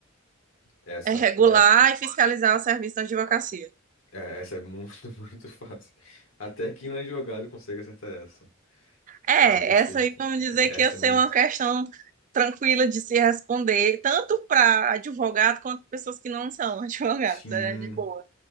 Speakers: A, on the left; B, on the right.
A: Essa,
B: É regular
A: eu acho que.
B: e fiscalizar o serviço da advocacia.
A: É, essa é muito, <laughs> muito fácil. Até quem não é advogado consegue acertar essa.
B: É,
A: Tá, perfeito.
B: essa aí vamos dizer
A: Essa
B: que ia ser
A: é muito.
B: uma questão tranquila de se responder, tanto para advogado quanto pessoas que não são <laughs> advogados,
A: Sim.
B: é de boa,